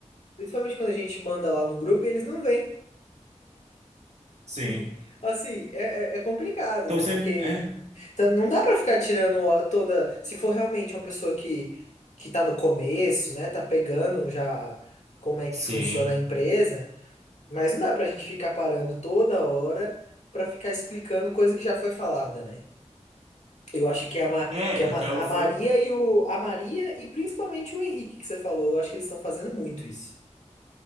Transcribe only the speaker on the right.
Sim.
Então
sempre.
É,
sim.
É,
até o
foi.